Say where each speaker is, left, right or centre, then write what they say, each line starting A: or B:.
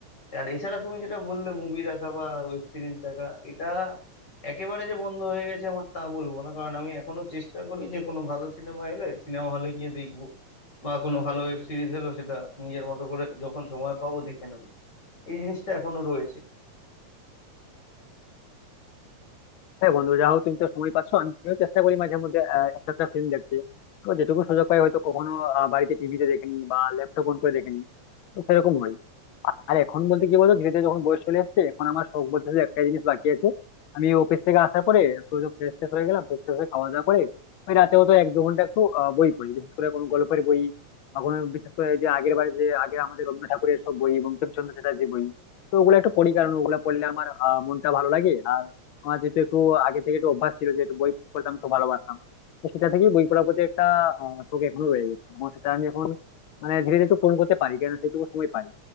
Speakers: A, on the left (about 35°); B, on the left (about 80°).
A: আর এছাড়া তুমি যেটা বললে মুভি দেখা বা ওয়েব সিরিজ দেখা এটা একেবারে যে বন্ধ হয়ে গেছে আমার তা বলবো না কারণ আমি এখনো চেষ্টা করি যে কোনো ভালো সিনেমা এলে সিনেমা হলে গিয়ে দেখবো বা কোনো ভালো ওয়েব সিরিজ এলো সেটা নিজের মতো করে যখন সময় পাবো দেখে নেবো এই জিনিসটা এখনো রয়েছে
B: হ্যাঁ বন্ধু যা হোক তুমি তো সময় পাচ্ছ আমিও চেষ্টা করি মাঝে মধ্যে আহ, একটা একটা ফিল্ম দেখতে তো যেটুকু সুযোগ পাই হয়তো কখনো আহ, বাড়িতে টিভিতে দেখেনি বা ল্যাপটপ অন করে দেখেনি তো সেরকম হয় আর এখন বলতে কি বলতো ধীরে ধীরে যখন বয়স চলে আসছে এখন আমার শখ বলতে শুধু একটাই জিনিস বাকি আছে আমি অফিস থেকে আসার পরে একটু ফ্রেশ ট্রেশ হয়ে গেলাম ফ্রেশ ট্রেশ হয়ে খাওয়া দাওয়া করে ওই রাতেও তো এক দু ঘন্টা একটু আহ, বই পড়ি বিশেষ করে কোনো গল্পের বই বা কোনো বিশেষ করে যে আগের বারে যে আগে আমাদের রবীন্দ্রনাথ ঠাকুরের সব বই বঙ্কিমচন্দ্র চ্যাটার্জির বই তো ওগুলো একটু পড়ি কারণ ওগুলো পড়লে আমার আহ, মনটা ভালো লাগে আর আমার যেহেতু একটু আগে থেকে একটু অভ্যাস ছিল যে একটু বই পড়তে আমি খুব ভালোবাসতাম তো সেটা থেকেই বই পড়ার প্রতি একটা আহ, শখ এখনো রয়ে গেছে এবং সেটা আমি এখন মানে ধীরে ধীরে একটু পূরণ করতে পারি কেন সেইটুকু সময় পাই